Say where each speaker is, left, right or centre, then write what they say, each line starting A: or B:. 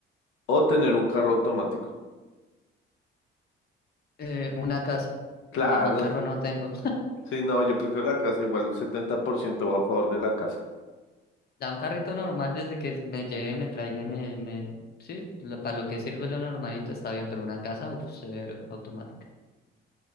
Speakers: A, on the left (about 85°); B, on the left (about 50°).
A: O tener un carro automático.
B: Eh, una casa.
A: Claro.
B: Igual carro no tengo.
A: Sí, no, yo prefiero la casa. Igual el 70% va a favor de la casa.
B: Da un carrito normal desde que me lleve, me traiga y me, me... Sí, para lo que sirve lo normalito está bien, pero una casa, uff, severo, automática.